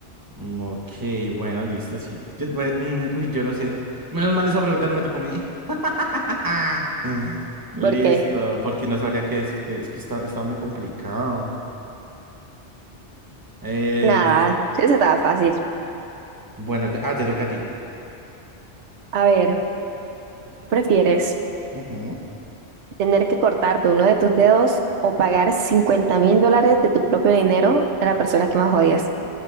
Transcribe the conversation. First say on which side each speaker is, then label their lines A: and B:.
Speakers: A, on the right (about 20°); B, on the right (about 80°).
A: ok, bueno, listo, sí. Yo, bueno, mm, uy, yo no sé. Menos mal esa pregunta no me tocó a mí. <laughs> Listo,
B: porque
A: porque no sabría qué decirte. Es que está, está muy complicado. Eh,
B: nada, sí, eso estaba fácil.
A: bueno, te- ah, te toca a ti.
B: A ver, ¿qué prefieres?
A: Ujú.
B: ¿Tener que cortarte uno de tus dedos o pagar cincuenta mil dólares de tu propio dinero a la persona que más odias?